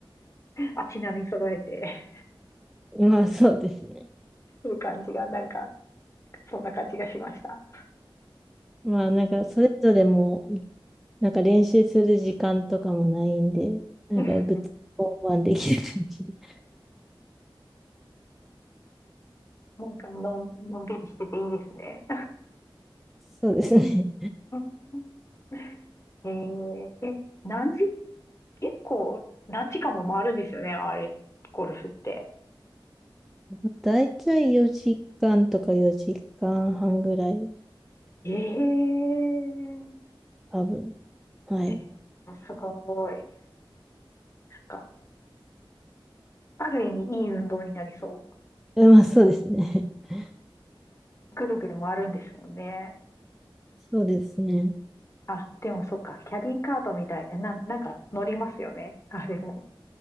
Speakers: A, on the left; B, in the centre.
A: 足並み揃えて
B: まあ、そうですね。
A: る感じが、なんか、そんな感じがしました。
B: まあ、なんか、それぞれもなんか練習する時間とかもないんで、なんかぶつ交できる感じ。
A: <laughs>
B: <laughs>
A: なんかのん、のんびりしてていいですね。
B: そうですね。
A: <laughs> えー、え、何時、結構、何時間も回るんですよね、あれ、ゴルフって。
B: <laughs> だいたい4時間とか4時間半ぐらい、
A: えー、
B: 多分。はい。
A: えーすごい。なんか、ある意味いい運動になりそう。
B: えまあそうですね。<laughs>
A: ぐるぐる回るんですもんね。
B: そうですね。
A: あ、でもそっか、キャディーカートみたいな、な、なんか乗りますよね。あれも。